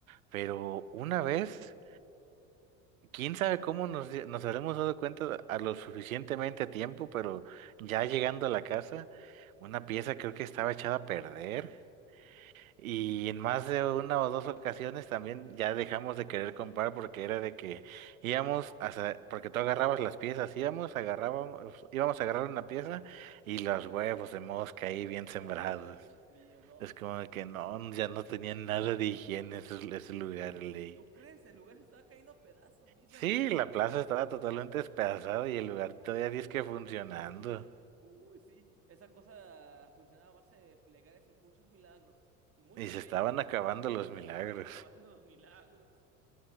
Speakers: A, on the right (about 75°); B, on the right (about 35°).
A: pero una vez... Quién sabe cómo nos, di- nos habremos dado cuenta a lo suficientemente a tiempo, pero ya llegando a la casa, una pieza creo que estaba echada a perder. Y en más de una o dos ocasiones también ya dejamos de querer comprar porque era de que íbamos hasta, porque tú agarrabas las piezas, íbamos, agarrábamos, íbamos a agarrar una pieza y los huevos de mosca ahí bien sembrados.
B: Ay, Dios mío, no.
A: Es como que no, ya no tenían nada de higiene ese, ese lugar, ley.
B: ¿Tú crees? El lugar se estaba cayendo a pedazos, Misa.
A: Sí, la plaza estaba totalmente despedazada y el lugar todavía disque funcionando.
B: Uy, sí. Esa cosa funcionaba a base de plegarias y muchos milagros. Y mucha
A: Y se
B: fe.
A: estaban acabando los
B: Y
A: milagros.
B: se estaban <laughs> acabando los milagros.